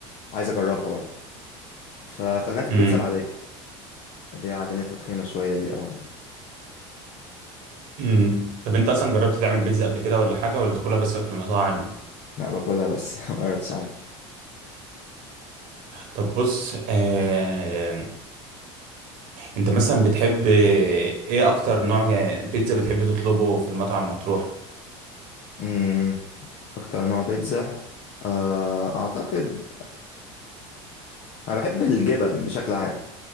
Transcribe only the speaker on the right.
امم
امم طب انت اصلا جربت تعمل بيتزا قبل كده ولا حاجه ولا تاكلها بس في المطاعم
طب بص آه انت مثلا بتحب ايه اكتر نوع بيتزا بتحب تطلبه في المطعم مطروح